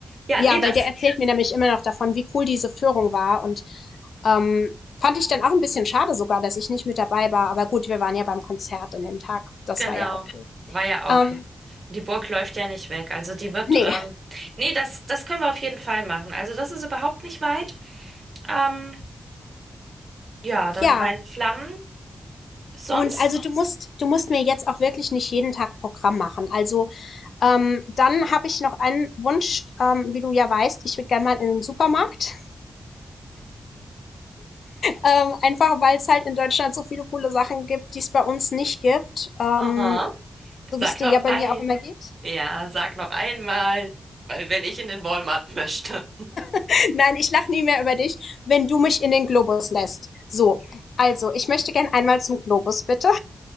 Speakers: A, on the right; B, on the left.
A: Ja,
B: Ja,
A: nee, das
B: weil der erzählt mir nämlich immer noch davon, wie cool diese Führung war. Und ähm, fand ich dann auch ein bisschen schade sogar, dass ich nicht mit dabei war. Aber gut, wir waren ja beim Konzert an dem Tag. Das
A: genau.
B: war ja auch cool.
A: War ja auch.
B: Ähm,
A: Die Burg läuft ja nicht weg. Also die wird,
B: nee,
A: ähm, nee, das, das können wir auf jeden Fall machen. Also das ist überhaupt nicht weit. Ähm, ja, dann
B: ja,
A: Rheinflammen. Sonst,
B: Und also du musst, du musst mir jetzt auch wirklich nicht jeden Tag Programm machen. Also ähm, dann habe ich noch einen Wunsch, ähm, wie du ja weißt, ich würde gerne mal in den Supermarkt. <laughs> Ähm, einfach weil es halt in Deutschland so viele coole Sachen gibt, die es bei uns nicht gibt. Ähm,
A: aha,
B: so
A: sag
B: wie es dir
A: noch
B: ja bei
A: ein,
B: mir auch immer geht.
A: ja, sag noch einmal, weil wenn ich in den Walmart möchte.
B: <laughs> Nein, ich lache nie mehr über dich, wenn du mich in den Globus lässt. So, also ich möchte gerne einmal zum Globus, bitte.